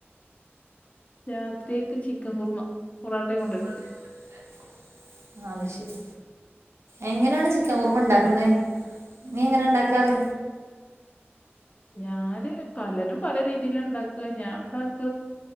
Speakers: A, on the left; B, on the right.
A: രാത്രിയെക്ക് ചിക്കൻ കുറുമ. പൊറാട്ടെം കൊണ്ടരും.
B: പൊറാട്ടെം കൊണ്ടരും അത് ശെരി. എങ്ങനാണ് ചിക്കൻ കുറുമ ണ്ടാക്കുന്നേ? നീ എങ്ങനാ ണ്ടാക്കാറ്?
A: ഞാന് പലരും പല രീതിലാ ണ്ടാക്ക ഞാൻണ്ടാക്ക